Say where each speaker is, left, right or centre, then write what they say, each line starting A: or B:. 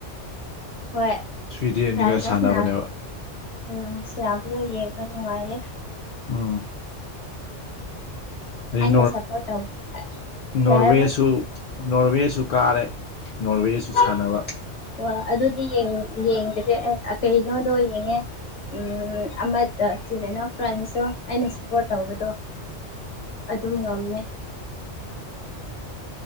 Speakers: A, on the left; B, on the left.
A: ꯍꯣꯏ
B: ꯁ꯭ꯋꯤꯗꯦꯟꯒ
A: ꯐꯥꯟꯗꯁꯅ
B: ꯁꯥꯟꯅꯕꯅꯦꯕ
A: ꯎꯝ ꯁꯝ ꯗꯣ ꯌꯦꯡꯕ ꯅꯨꯡꯉꯥꯏꯌꯦꯦ
B: ꯎꯝ ꯑꯗꯩ
A: ꯑꯩꯅ ꯁꯞꯄꯣꯔꯠ ꯇꯧ ꯀꯩ
B: ꯅꯣꯔꯋꯦꯁꯨ
A: ꯍꯥꯏꯕ
B: ꯅꯣꯔꯋꯦꯁꯨ ꯀꯥꯔꯦ ꯅꯣꯔꯋꯦꯁꯨ ꯁꯥꯟꯅꯕ
A: ꯑꯣ ꯑꯗꯨꯗꯤ ꯌꯦꯡꯗꯁꯦ ꯀꯩꯅꯣꯗꯣ ꯌꯦꯡꯉꯦ ꯎꯝ ꯤꯅꯣ ꯐ꯭ꯔꯦꯟꯁꯇ ꯑꯩꯅ ꯁꯞꯄꯣꯔꯠ ꯇꯧꯕꯗꯣ ꯑꯗꯨꯝ ꯉꯝꯃꯦ